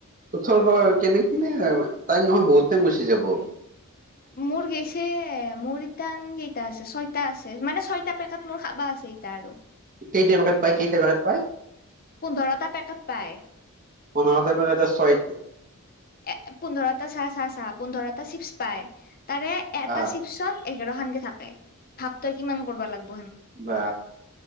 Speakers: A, on the right (about 40°); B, on the left (about 45°).
A: ওঠৰ কেনে কেনে তিইম নহয় বহুত টাইম গুচি যাব।
B: মোৰ গেইছে মোৰ ইটান কেইটা আছে ছয়টা আছে মানে ছয়টা পেকেত মোৰ খাবা আছে। সেইট আৰু
A: কেইট বোগাত পায় কেইটা পেকেট পায়?
B: পোন্ধৰটা পেকেট পায়।
A: পন্ধটা মেগাতে ছয়।
B: এ পোন্ধৰটা চাহ চাহ চাহ পোন্ধৰটা চিপছ পায় তাৰে এটা
A: আহ
B: চিপছত এঘাৰ খানকে থাকে ভাৱ তই কিমান কৰিব লাগ।
A: বা